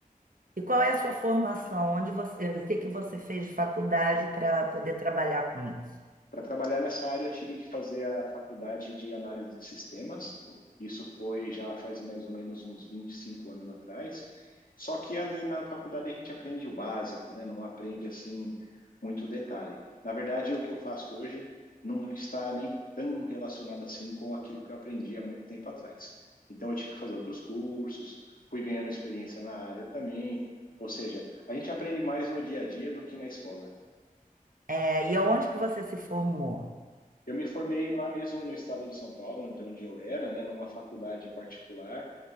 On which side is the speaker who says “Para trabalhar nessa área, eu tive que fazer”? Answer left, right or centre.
Left